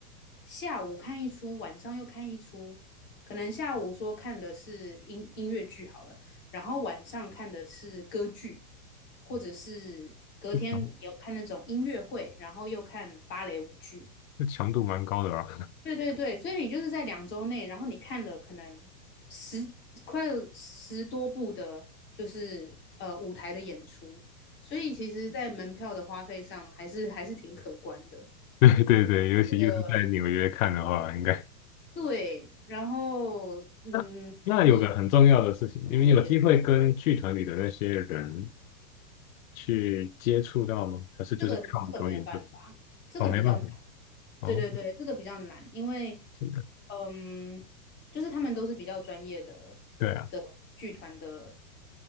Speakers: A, in the centre; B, on the left.
A: 下午看一出，晚上又看一出。可能下午说看的是音音乐剧好了，然后晚上看的是歌剧，或者是隔天有看那种音乐会，
B: 这强
A: 然后又看芭蕾舞剧。
B: 这强度蛮高的啊。
A: 对对对，所以你就是在两周内，然后你看了可能十快有十多部的，就是呃舞台的演出，所以其实，在门票的花费上还是还是挺可观的。
B: <laughs> 对对对，尤其又是在纽约看的话，
A: 觉得
B: 应该。<laughs>
A: 对，然后嗯，
B: 那那有个很重要的事情，
A: 你做什么的也
B: 你们有机会跟剧团里的那些人去接触到吗？还是就是看我们表演就走？
A: 这个这个没有办法，这个比较难。
B: 哦，没办法。哦，
A: 对对对，这个比较难，因为
B: 这个
A: 嗯，就是他们都是比较专业的的剧团的
B: 对啊。